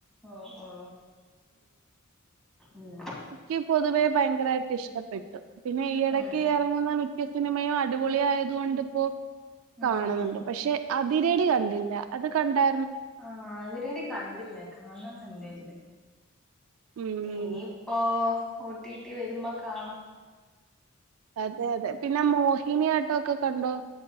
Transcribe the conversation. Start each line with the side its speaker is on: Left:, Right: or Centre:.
Centre: ഓ ഓ ഉം
Right: എനിക്ക് പൊതുവേ ഭയങ്കരായിട്ട് ഇഷ്ടപ്പെട്ടു. പിന്നെ ഈ ഇടക്ക്
Centre: ഉം
Right: ഇറങ്ങുന്ന മി സിനിമയും അടിപൊളി ആയത് കൊണ്ട്പ്പോ
Centre: ഉം
Right: കാണുന്നുണ്ട്.
Centre: ഉം
Right: പക്ഷെ വിരടി കണ്ടില്ല അത് കണ്ടാ
Centre: ആഹ വിരടി കണ്ടില്ല കാണണെന്ന്ണ്ടേര്ന്ന്
Right: ഉം
Centre: ഇനിയിപ്പോ ഒ ടി ടി വരുമ്പോ കാണാം
Right: അതെ അതെ പിന്നെ മോഹിനിയാട്ടോക്കെ കണ്ടോ?